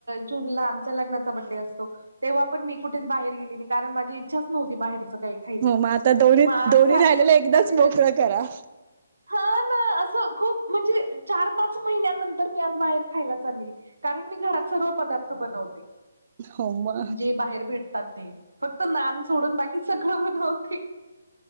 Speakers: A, on the right; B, on the right.
A: जूनला आमच्या लग्नाचा बड्डे असतो. तेव्हा पण मी कुठच बाहेर गेली नाही कारण माझी इच्छाच नव्हती बाहेरचं काही, खायची.
B: हो म आता दोन्ही
A: मग आज
B: दोन्ही
A: झाली
B: राहिलेला एकदाच
A: कधीतरी
B: मोकळं करा.
A: हा ना असं खूप म्हणजे चार पाच महिन्यानंतर मी आज बाहेर खायला चालली कारण मी घरात सर्व पदार्थ बनवते
B: हो मग
A: जे बाहेर भेट तात ते फक्त नान सोडून बाकी सगळं बनवते.